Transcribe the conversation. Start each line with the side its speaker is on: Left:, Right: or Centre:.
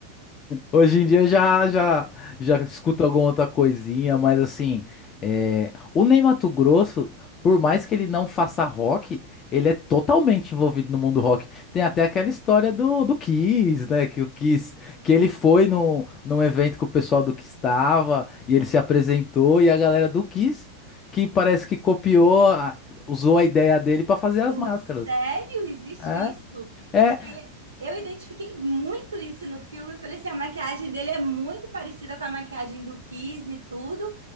Left: Hoje em dia eu já já já escuto alguma outra coisinha, mas assim, é, o Ney Matogrosso, por mais que ele não faça rock, ele é totalmente envolvido no mundo rock. Tem até aquela história do, do Kiss, né? Que o Kiss, que ele foi no, num evento que o pessoal do Kiss estava e ele se apresentou e a galera do Kiss, que parece que copiou, a- usou a ideia dele para fazer as
Right: O-
Left: máscaras.
Right: sério, existe
Left: É,
Right: isso?
Left: é.
Right: Porque eu identifiquei muito isso no filme. Eu falei assim, a maquiagem dele é muito parecida com a maquiagem do Kiss e tudo.